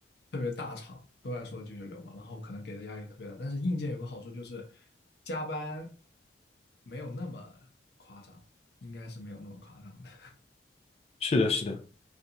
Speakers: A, on the left; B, on the left.
A: 特别大厂都在说九九六嘛，然后可能给的压力特别大。但是硬件有个好处就是加班没有那么夸张，应该是没有那么夸张的。
B: 是的，是的，